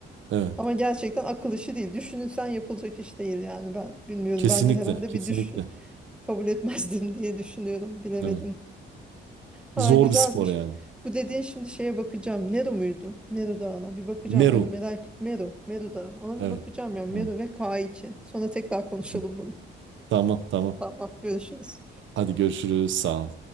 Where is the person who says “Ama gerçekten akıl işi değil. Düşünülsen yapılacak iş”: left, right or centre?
Centre